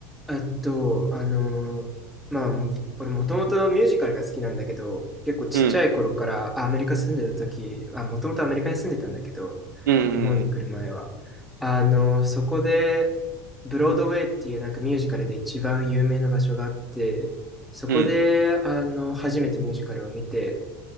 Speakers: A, in the centre; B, on the right.
A: あと、あのーまあ、俺もともとミュージカルが好きなんだけど、結構ちっちゃい頃からあアメリカ住んでた時、
B: うん。
A: あ、もともとアメリカに住んでたんだけど、
B: うん。
A: 日本に来る前は。あの、そこで、ブロードウェイっていうなんかミュージカルで一番有名な場所があって、そこで、
B: うん。
A: あの、初めてミュージカルを見て、